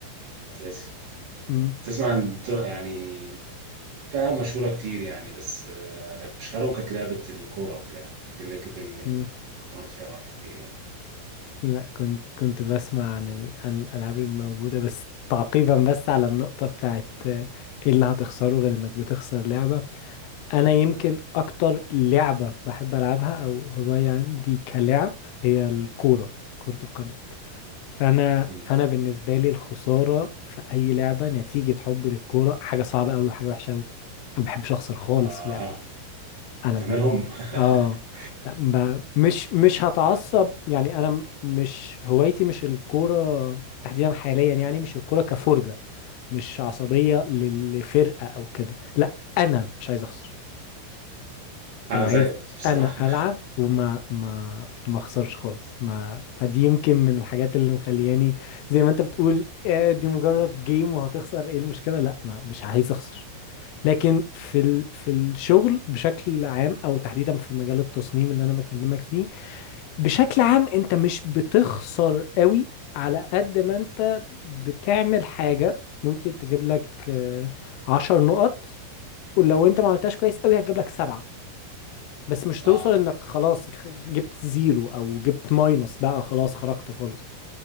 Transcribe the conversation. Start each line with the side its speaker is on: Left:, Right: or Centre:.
Right: اساسي
Left: مم.
Right: تسمع عن يعني في العاب مشهورة كتير يعني بس أشهرهم كانت لعبة الكورة وكده يعني دي اللي كنت اللي
Left: مم.
Right: كنت بقضي فيها وقت كبير يعني
Left: لا كنت كنت بسمع عن ال... عن الألعاب الموجودة بس تعقيبا بس على النقطة بتاعت آه، ايه اللي هتخسره غير انك بتخسر لعبة انا يمكن اكتر لعبة بحب العبها او هواية عندي كلعب هي الكورة كرة القدم فانا
Right: مم.
Left: فانا بالنسبة لي الخسارة في اي لعبة نتيجة حبي للكورة حاجة صعبة قوي وحاجة وحشة قوي انا ما بحبش اخسر خالص
Right: آه
Left: في لعبة انا
Right: أنت
Left: ب...
Right: منهم <laughs>
Left: اه لا ب... مش مش هتعصب يعني انا م- مش هوايتي مش الكوره تحديدا حاليا يعني مش الكوره كفرجه مش عصبيه لل- لفرقه او كده لا انا مش عايز اخسر
Right: أنا
Left: انا عايز
Right: زيك بصراحة
Left: انا العب وما ما ما اخسرش خالص ما فدي يمكن من الحاجات اللي مخلياني زي ما انت بتقول آه، دي مجرد جيم وهتخسر ايه المشكله لا ما مش عايز اخسر لكن في ال... في الشغل بشكل عام او تحديدا في مجال التصميم اللي انا بكلمك فيه بشكل عام انت مش بتخسر قوي على قد ما انت بتعمل حاجة ممكن تجيب لك آه، عشر نقط ولو انت ما عملتهاش كويس قوي هتجيب لك سبعة بس مش توصل
Right: آه
Left: انك خلاص جبت زيرو او جبت ماينس بقى خلاص خرجت خالص